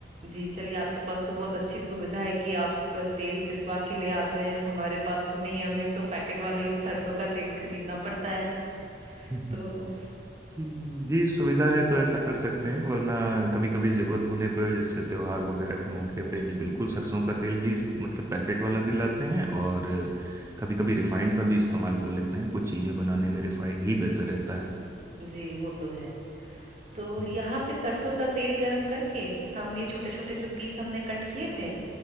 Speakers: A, on the right; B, on the right.
A: जी चलिए आपके पास तो बहुत अच्छी सुविधा है कि आप तेल पिसवा के ले आते हैं हमारे पास तो नहीं है हमें तो पैकेट वाला ही सरसों का तेल खरीदना पड़ता है
B: <laughs>
A: तो
B: जी सुविधा है तो ऐसा कर सकते हैं वरना कभी कभी जरूरत होने पर जैसे त्योहार वगैरह के मौके पे जी बिल्कुल सरसों का तेल भी मतलब पैकेट वाला भी लाते हैं और कभी कभी रिफाइंड का भी इस्तेमाल कर लेते हैं कुछ चीजें बनाने में रिफाइंड ही बेहतर रहता है
A: जी वो तो है तो
B: हम्म
A: यहाँ पे सरसों का तेल गरम करके हम ये छोटे छोटे जो पीस हमने कट किए थे